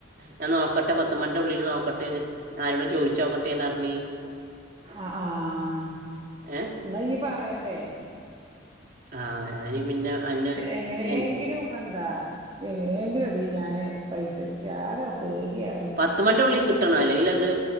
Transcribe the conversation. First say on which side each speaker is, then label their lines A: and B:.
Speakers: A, on the right (about 45°); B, on the right (about 30°).
A: ഞാൻ നോക്കട്ടെ പത്ത് മണിന്റെ ഉള്ളില് നോക്കട്ടെ ഞാനോട് ചോദിച്ചു നോക്കട്ടെന്ന്റിഞ്
B: ആഹ് ആഹ്
A: ഏ
B: എന്നാ യ്യ് പറയണ്ടേ
A: ആഹ് ഞാന് പിന്നെ അന്നെ
B: എങ്ങനെയെങ്കിലും
A: എൻ-
B: എന്താ എങ്ങനെ എങ്കിലും എടി ഞാന് പൈസച്ചാകെ പേടിയാ
A: പത്ത് മണിന്റെ ഉള്ളിൽ കിട്ടണം അല്ലെങ്കിൽ അത്